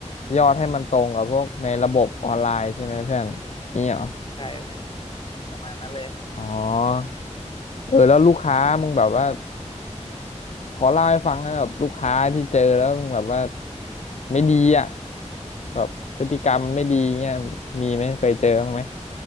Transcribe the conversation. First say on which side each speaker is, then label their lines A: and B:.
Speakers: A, on the left; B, on the left.
A: ยอดให้มันตรงกับพวกในระบบออนไลน์ใช่ไหมเพื่อนนี่เหรอ
B: ใช่เพื่อนประมาณนั้นเลย
A: อ๋อเออแล้วลูกค้ามึงแบบว่า ขอเล่าให้ฟังนะแบบลูกค้าที่เจอแล้วมึงแบบว่าไม่ดีอ่ะแบบพฤติกรรมไม่ดีเงี้ยมีไหมเคยเจอบ้างไหม